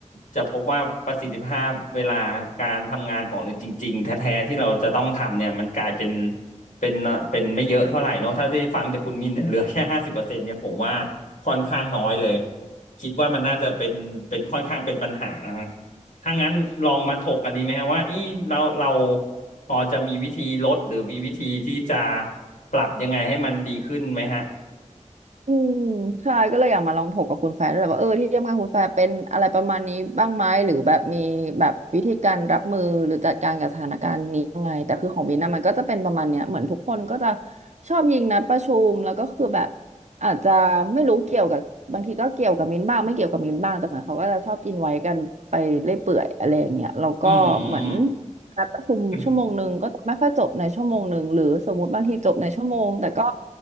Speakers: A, on the left; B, on the right.
A: จะพบว่าประสิทธิภาพเวลาการทำงานของเราจริงๆแท้ๆที่เราจะต้องทำเนี่ยมันกลายเป็นเป็นเป็นไม่เยอะเท่าไหร่เนอะถ้าได้ฟังจากคุณมินเนี่ยเหลือแค่ห้าสิบเปอร์เซ็นต์เนี่ยผมว่าค่อนข้างน้อยเลยคิดว่ามันน่าจะเป็นเป็นค่อนข้างเป็นปัญหา ถ้างั้นลองมาถกกันดีไหมฮะว่าเอีเราเราพอจะมีวิธีลดหรือมีวิธีที่จะปรับยังไงให้มันดีขึ้นไหมฮะ
B: อืมใช่ก็เลยอยากมาลองถกกับคุณแฟร์ด้วยแหละว่าเออที่ทำงานคุณแฟร์เป็นอะไรประมาณนี้บ้างไหมหรือแบบมีแบบวิธีการรับมือหรือจัดการกับสถานการณ์นี้ยังไงแต่คือของบินนะมันก็จะเป็นประมาณเนี้ยเหมือนทุกคนก็จะชอบยิงนัดประชุมแล้วก็คือแบบอาจจะไม่รู้เกี่ยวกับบางทีก็เกี่ยวกับมินบ้างไม่เกี่ยวกับมินบ้างแต่เหมือนเขาก็จะชอบอินไว้กันไปเรื่อยเปื่อยอะไรอย่างเงี้ยแล้วก็เหมือน
A: อืม
B: นัดประชุมชั่วโมงหนึ่งก็จะไม่ค่อยจบในชั่วโมงหนึ่งหรือสมมติบางทีจบในชั่วโมงแต่ก็
A: อืม